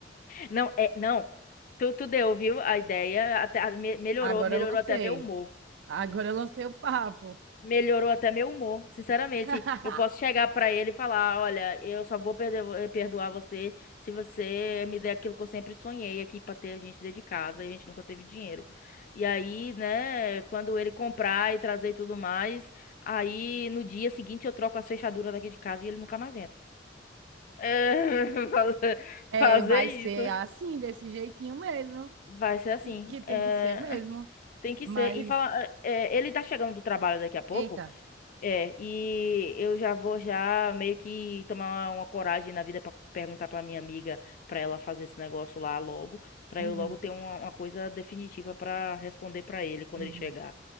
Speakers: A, on the left; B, on the right.
A: Não, é, não. Tu, tu deu, viu? A ideia até a- me- melhorou,
B: Agora
A: melhorou
B: eu lancei.
A: até meu humor.
B: Agora eu lancei o papo.
A: Melhorou até meu humor, sinceramente.
B: <laughs>
A: Eu posso chegar pra ele e falar, olha, eu só vou perder- eh, perdoar você se você me der aquilo que eu sempre sonhei aqui pra ter a gente dentro de casa, e a gente nunca teve dinheiro. E aí, né, quando ele comprar e trazer e tudo mais, aí no dia seguinte eu troco as fechaduras daqui de casa e ele nunca mais entra. <laughs> É, fazer
B: É,
A: fazer
B: vai
A: isso.
B: ser assim, desse jeitinho mesmo.
A: Vai ser assim.
B: Que que tem
A: É,
B: que ser mesmo.
A: Tem que
B: Mas,
A: ser. Em fala, é, ele tá chegando do trabalho daqui a pouco,
B: eita.
A: é, e eu já vou já meio que tomar uma coragem na vida pra perguntar pra minha amiga pra ela fazer esse negócio lá logo, pra
B: Uhum,
A: eu logo ter uma, uma coisa definitiva pra responder pra ele quando
B: uhum,
A: ele chegar.